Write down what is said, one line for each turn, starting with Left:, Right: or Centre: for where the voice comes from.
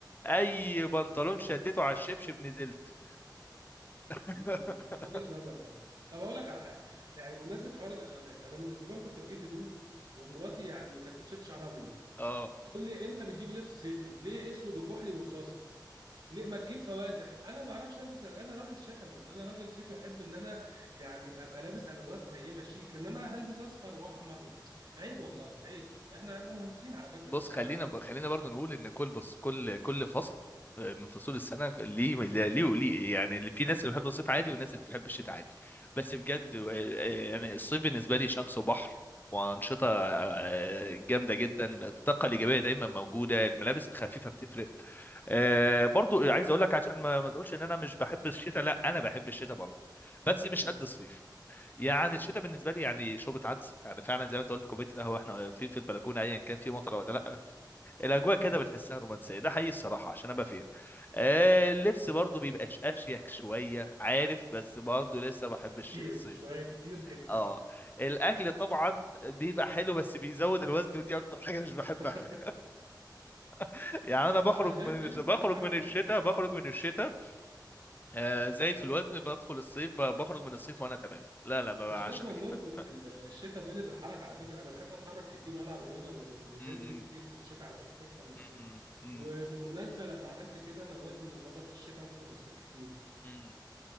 Left: اي بنطلون شديته على الشبشب نزلت <laughs>
Right: مم. وجهه نظر برضه طب اقول لك على حاجه يعني بمناسبه حوار الالوانات انا من اسبوع كنت بجيب هدوم ومراتي يعني كانت بتشد شعرها مني
Left: اه
Right: تقول لي انت بتجيب لبس صيفي ليه اسود وكحلي ورصاصي ليه ما تجيب فواتح انا ما بعرفش البس انا راجل شتوي انا راجل شتوي احب ان انا يعني ابقى لابس الوانات قيمه شيك انما هلبس اصفر واحمر و... عيب والله عيب احنا احنا مهندسين على فكره
Left: بص
Right: ما ينفعش
Left: خلينا
Right: معانا الكلام
Left: ب... خلينا
Right: ده.
Left: برضو نقول ان كل بص كل كل فصل آه، من فصول السنه
Right: مم.
Left: ليه ليه وليه يعني اللي- في ناس اللي بتحب الصيف عادي وناس اللي بتحب الشتاء عادي بس بجد
Right: مم.
Left: آه، يعني الصيف بالنسبه لي شمس وبحر وانشطه
Right: مم.
Left: آه، جامده جدا الطاقه الايجابيه دايما موجوده الملابس الخفيفه بتفرق آه،
Right: أكيد
Left: برضو عايز اقول لك عشان ما ما تقولش ان انا مش بحب الشتاء لا انا بحب الشتاء برضو بس مش
Right: مم.
Left: قد الصيف يعني
Right: مم.
Left: الشتاء بالنسبه لي يعني شوربه عدس يعني فعلا زي ما انت قلت كوبايه القهوه احنا واقفين في البلكونه ايا كان في مطره ولا لا
Right: أكيد
Left: الاجواء كده بتحسها رومانسيه ده حقيقي الصراحه عشان ابقى فير آه
Right: مم.
Left: اللبس برضو بيبقى أش- اشيك شويه عارف بس برضو لسه ما بحبش
Right: كتير
Left: الصيف
Right: شوية كتير جدا
Left: اه الاكل طبعا بيبقى حلو بس بيزود الوزن ودي اكتر حاجه مش بحبها
Right: <laughs>
Left: <laughs> يعني انا بخرج
Right: عشان
Left: من
Right: قلة
Left: بخرج
Right: الحركة
Left: من الشتاء بخرج من الشتاء آه زايد في الوزن بدخل الصيف ب- بخرج من الصيف وانا تمام لا لا ما
Right: مش
Left: عشان
Right: لازم نربط
Left: كده
Right: الشتاء بقلة الحركة على فكرة أنا بحب أتحرك كتير وألعب رياضة و-
Left: <laughs>
Right: وجيم
Left: م- م-
Right: كتير في الشتاء على فكرة أكتر من الصيف
Left: م- م-
Right: وبالمناسبة لما عملت كده أنا وزني ظبط في الشتاء أكتر من الصيف كتير
Left: م-